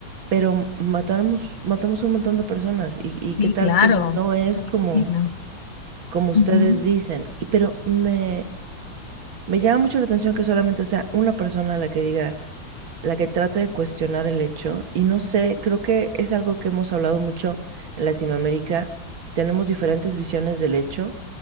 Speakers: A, on the right; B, on the left.
A: pero matamos, matamos a un montón de personas y, y qué
B: Sí,
A: tal
B: claro.
A: si no es
B: Yo
A: como,
B: me imagino.
A: como ustedes
B: Ujú,
A: dicen. Y, pero me, me llama mucho la atención que solamente sea una persona la que diga la que trata de cuestionar el hecho. Y no sé, creo que es algo que hemos hablado mucho en Latinoamérica. Tenemos diferentes visiones del hecho,